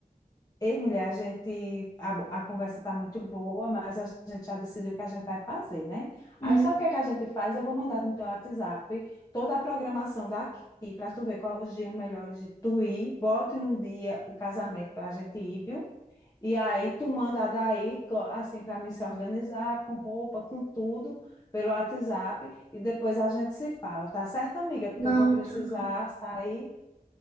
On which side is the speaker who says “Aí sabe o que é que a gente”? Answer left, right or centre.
Left